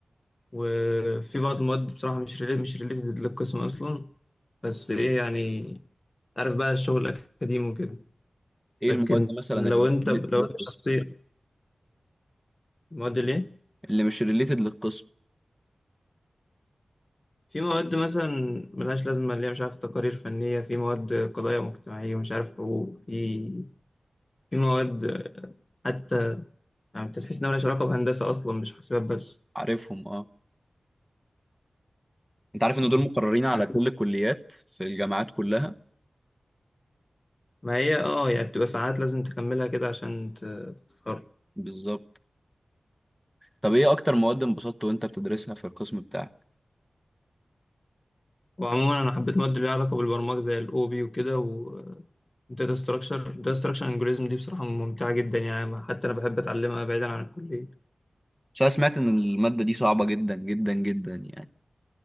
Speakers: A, on the left (about 35°); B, in the centre.
A: وفي بعض المواد بصراحة مش ريليت مش ريليتد للقسم أصلا بس إيه يعني عارف بقى الشغل الأكاديمي وكده
B: ايه
A: لكن
B: المواد مثلا
A: لو
B: اللي مش
A: أنت
B: ريليتد
A: لو
B: للقسم
A: أنت شخصيا مواد ليه؟
B: اللي مش ريليتد للقسم
A: في مواد مثلا ملهاش لازمة اللي هي مش عارف تقارير فنية في مواد قضايا مجتمعية ومش عارف حقوق في في مواد حتى يعني انت تحس انها ملهاش علاقه بهندسه اصلا مش حاسبات بس
B: عارفهم اه انت عارف ان
A: مم.
B: دول مقررين على
A: يعني
B: كل الكليات في الجامعات كلها
A: ما هي اه يعني بتبقى ساعات لازم تكملها كده عشان ت- تتخرج
B: بالظبط طب ايه اكتر مواد انبسطت وانت بتدرسها في القسم بتاعك
A: وعموما انا حبيت مواد اللي ليها علاقه بالبرمجه زي الاو بي وكده والداتا ستراكشر الداتا ستراكشر انجوريزم دي بصراحه ممتعه جدا يعني حتى انا بحب اتعلمها بعيدا عن الكليه
B: بس انا سمعت ان الماده دي صعبه جدا جدا جدا يعني